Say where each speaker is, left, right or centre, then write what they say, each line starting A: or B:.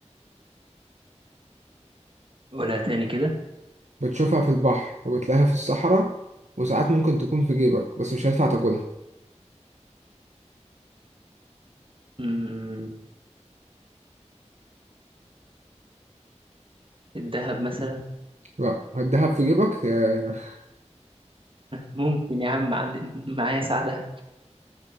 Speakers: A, on the right; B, on the right.
A: قولها تاني كده
B: بتشوفها في البحر وبتلاقيها في الصحراء وساعات ممكن تكون في جيبك بس مش هينفع تاكلها
A: امم الذهب مثلا
B: لا الدهب في جيبك يا-
A: ممكن يا عم عندي <laughs> معايا ساعدة